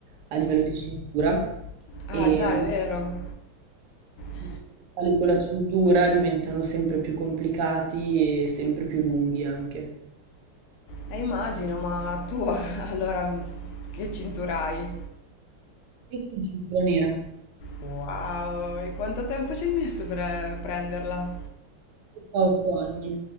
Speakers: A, on the right; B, on the left.
A: a livello di cintura
B: Ah,
A: e
B: già, è
A: man
B: vero. <laughs>
A: mano che sali con la cintura diventano sempre più complicati e sempre più lunghi anche.
B: Eh, immagino, ma tu <laughs> allora che cintura hai?
A: Io sono cintura nera,
B: Wow, e quanto tempo ci hai messo per prenderla?
A: ho 8 anni.